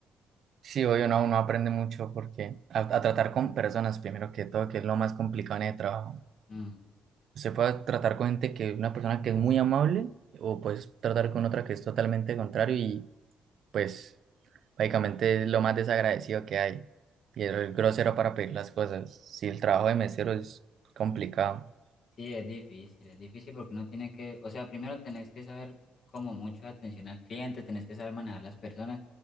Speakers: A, on the right; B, on the left.
A: Sí, obvio, no, uno aprende mucho porque a, a tratar con personas, primero que todo, que es lo más complicado en el trabajo.
B: Mm.
A: Se puede tratar con gente que una persona que es muy amable o pues tratar con otra que es totalmente contrario y pues básicamente es lo más desagradecido que hay y es grosero para pedir las cosas. Sí, el trabajo de mesero es complicado.
B: Sí, es difícil, es difícil porque uno tiene que, o sea, primero tenés que saber como mucho atención al cliente, tenés que saber manejar las personas